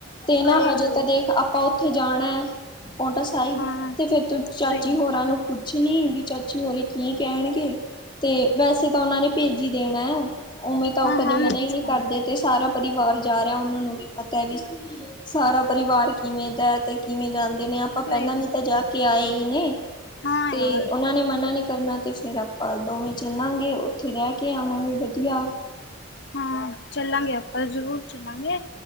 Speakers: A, on the left (about 20°); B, on the left (about 55°).
A: ਤੇ
B: ਸਹੀ
A: ਨਾ
B: ਗੱਲ
A: ਹਜੇ ਤਾਂ
B: ਏ
A: ਦੇਖ ਆਪਾਂ ਉੱਥੇ ਜਾਣਾ ਪੋਂਟਾਸ ਸਾਹਿਬ
B: ਹਾਂ
A: ਤੇ ਫੇਰ ਤੂੰ ਚਾਚੀ
B: ਸਹੀ ਗੱਲ
A: ਹੋਰਾਂ ਨੂੰ ਪੁੱਛ ਲੀ ਵੀ ਚਾਚੀ ਹੋਰੀ ਕੀ ਕਹਿਣ ਗੇ ਤੇ ਵੈਸੇ ਤਾਂ ਉਹਨਾ ਨੇ ਭੇਜੀ ਦੇਣਾ ਐ, ਉਵੇਂ ਤਾਂ ਉਹ
B: ਹਾਂ
A: ਕਦੇ
B: ਹਾਂ
A: ਮਨਾ
B: ਮੈਂ ਪੁੱਛ
A: ਈ ਨ੍ਹੀਂ
B: ਲਾਂਗੀ
A: ਕਰਦੇ। ਤੇ ਸਾਰਾ ਪਰਿਵਾਰ ਜਾ ਰਿਹਾ, ਉਹਨਾਂ ਨੂੰ ਵੀ ਪਤਾ ਐ ਵੀ ਸਾਰਾ ਪਰਿਵਾਰ ਕਿਵੇਂ ਦਾ ਤੇ ਕਿਵੇਂ ਜਾਂਦੇ ਨੇ ਅਪ ਆਪਾਂ
B: ਸਹੀ
A: ਪਹਿਲਾਂ
B: ਗੱਲ,
A: ਵੀ ਤਾਂ ਜਾ ਕੇ ਆਏ ਈ ਨੇ
B: ਹਾਂ
A: ਤੇ
B: ਯਾਰ
A: ਉਹਨਾਂ ਨੇ ਮਨਾ ਨੀ ਕਰਨਾ ਤੇ ਫਿਰ ਆਪਾਂ ਦੋਵੇਂ ਚੱਲਾਂਗੇ ਉੱਥੇ ਰਹਿ ਕੇ ਆਵਾਂਗੇ ਵਧੀਆ
B: ਹਾਂ, ਚੱਲਾਂਗੇ ਆਪਾਂ ਜ਼ਰੂਰ ਚੱਲਾਂਗੇ।